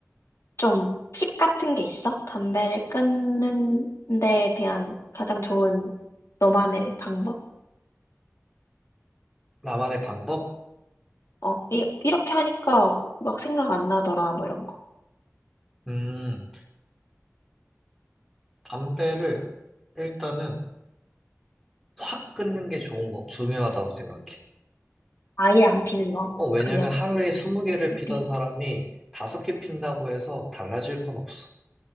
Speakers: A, on the left (about 65°); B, in the centre.
A: 좀 팁 같은 게 있어? 담배를 끊는 데 대한 가장 좋은 너만의 방법?
B: 나만의 방법?
A: 어, 이, 이렇게 하니까 막 생각 안 나더라, 뭐 이런 거.
B: 음, 담배를 일단은 확 끊는 게 좋은 거, 중요하다고 생각해.
A: 아예 안 피는 거.
B: 어, 왜냐면
A: 그냥,
B: 하루에 20개를
A: 우리,
B: 피던 사람이 5개 핀다고 해서 달라질 건 없어.